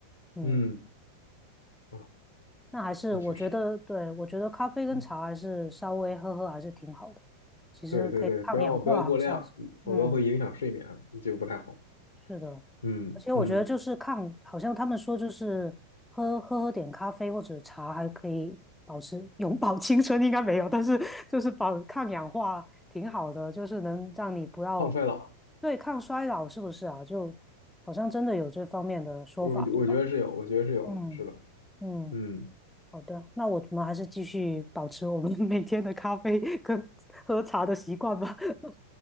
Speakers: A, in the centre; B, on the left.
A: 嗯，
B: 嗯，哦，
A: 那还是我觉得，
B: 那确实，
A: 对，我觉得咖啡跟茶还是稍微喝喝还是挺好的，
B: 嗯，
A: 其实可以抗氧化，
B: 对对对，不要不要过量，
A: 好像是。嗯，
B: 否则会影响睡眠，就不太好。
A: 是的，
B: 嗯嗯，
A: 而且我觉得就是抗，好像他们说就是喝喝喝点咖啡或者茶还可以保持永葆青春，应该没有，但是就是保抗氧化挺好的，就是能让你不要
B: 抗衰老，
A: 对抗衰老，是不是啊？就好像真的有这方面的说法，
B: 我我觉得是有，
A: 对吧？
B: 我觉得是有的，
A: 嗯
B: 是的，
A: 嗯，
B: 嗯，
A: 好的，那我们还是继续保持我们 <laughs> 每天的咖啡跟喝茶的习惯吧。<laughs>